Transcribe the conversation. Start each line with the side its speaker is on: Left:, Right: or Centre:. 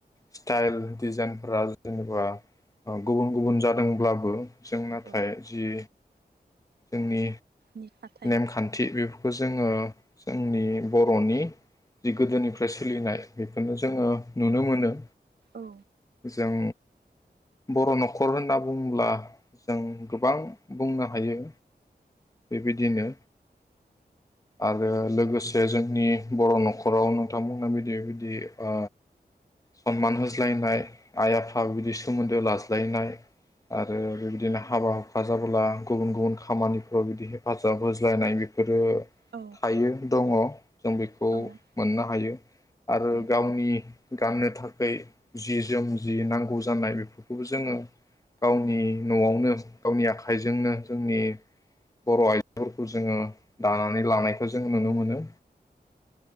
Left: स्टाइल डिजाइनफोरा जेनेबा गुबुन गुबुन जादोंब्लाबो जों नाथाय
Right: औ
Left: जि जोंनि
Right: नि थाथाय
Left: नेमखान्थि बेफोरखौ जोङो जोंनि बर'नि जि गोदोनिफ्राय सोलिनाय बेखौनो जोङो नुनो मोनो।
Right: औ
Left: जों। बर' न'खर होनना बुंब्ला जों गोबां बुंनो हायो। बेबायदिनो आ रो लोगोसे जोंनि बर' न'खराव नोंथांमोननो बिदि बिदि ओ सनमान होज्लायनाय। आइ आफा बिदि सोमोन्दो ला यनाय आरो बेबायदिनो हाबा हुफखा जाबोला गुबुन गुबुन खामानिफोराव बिदि हेफाजाब होज्लायनाय बेफोर ओ
Right: औ
Left: थायो दङ। जों बिखौ
Right: औ
Left: मोननो हायो आरो
Right: औ
Left: गावनि गाननो थाखै जि जोम जि नांगौ जानाय बेफोरखौबो जोङो गावनि न'आवनो गावनि आख खाइजोंनो जोंनि बर' <unintelligible> जोङो दानानै लानाय खौ जों नुनो
Right: औ
Left: मोनो।